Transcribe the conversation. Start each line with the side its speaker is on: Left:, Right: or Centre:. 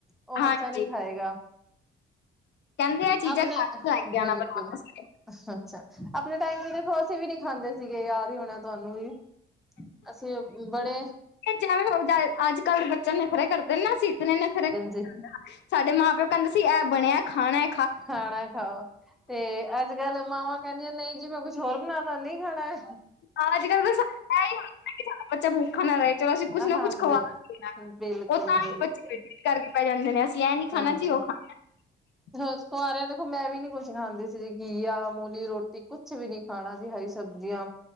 Centre: ਔ ਬੱਚਾ
Left: ਹਾਂਜੀ
Centre: ਨੀ ਖਾਏਗਾ।
Left: ਕਹਿੰਦੇ ਇਹ ਚੀਜ਼ਾਂ
Centre: ਆਪਣੇ
Left: ਘਰ
Centre: ਅ
Left: ਲੈ ਕੇ ਆਣਾ
Centre: ਬਿਲਕੁਲ।
Left: ਬਣਾ ਵਾਸਤੇ।
Centre: ਅੱਛਾ। ਆਪਣੇ ਟਾਈਮ ਤੇ ਦੇਖੋ ਅਸੀਂ ਵੀ ਨੀ ਖਾਂਦੇ ਸੀਗੇ ਯਾਦ ਹੀ ਹੋਣੈ ਤੁਆਨੂੰ ਵੀ। ਅਸੀ ਔ ਬੜੇ
Left: ਐ ਜੈਵੇ ਹੋ ਜਾਏ ਅੱਜ ਕੱਲ ਦੇ ਬੱਚੇ ਨਖਰੇ ਕਰਦੇ ਨੇ ਨਾ ਅਸੀ ਇਤਨੇ ਨਖਰੇ
Centre: ਤੇ
Left: ਸਾਡੇ ਮਾਂ ਪਿਓ ਕੈਂਦੇ ਸੀ ਐ ਬਣਿਐ ਖਾਨੈ
Centre: ਖਾਣੈ ਖਾਔ ਤੇ ਅੱਜ ਕੱਲ ਮਾਵਾਂ ਕੈਦੀਆਂ ਨਈ ਜੀ ਮੈਂ ਕੁਛ ਹੋਰ ਬਣਾਦਾ ਨਈ ਖਾਣਾ ਐ।
Left: ਆਜ ਕੱਲ ਤਾਂ ਸਬ ਏਹੀ ਹੁੰਦੈ ਕਿ ਸਾਡਾ ਬੱਚਾ ਭੂਖਾ ਨਾ ਰਏ। ਚਲੋ ਅਸੀਂ ਕੁੱਛ ਨਾ
Centre: ਹਾਂਜੀ
Left: ਕੁੱਛ ਖਵਾ <unintelligible>
Centre: ਬਿਲਕੁਲ ਬਿਲਕੁਲ ਹਾਂਜੀ।
Left: ਜੀ ਉਹ <inaudible>
Centre: ਜੈਸ ਕੁਆਰਿਆਂ ਦੇਖੋ ਮੈਂ ਵੀ ਨੀ ਕੁਛ ਖਾਂਦੀ ਸੀ ਜੀ ਘੀਆ, ਮੂਲੀ ਰੋਟੀ ਕੁਛ ਵੀ ਨੀ ਖਾਣਾ ਜੀ ਹਰੀ ਸਬਜ਼ੀਆਂ